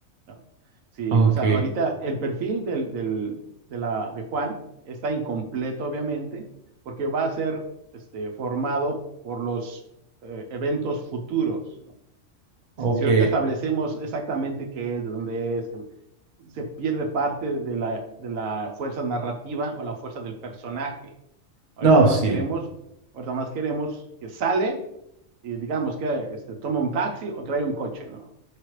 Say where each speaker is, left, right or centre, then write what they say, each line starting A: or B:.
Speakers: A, on the right; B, on the right.
A: ¿no? Sí,
B: Ok,
A: o sea, ahorita el perfil del, del, de la, de Juan está incompleto, obviamente, porque va a ser, este, formado por los eh, eventos futuros, ¿no?
B: ok.
A: si, si ahorita establecemos exactamente qué es, de dónde es, que se pierde parte de la, de la fuerza narrativa o la fuerza del personaje. Ahorita
B: No,
A: nada
B: sí,
A: más queremos, ahorita nada más queremos que sale y digamos que este, toma un taxi o trae un coche, ¿no?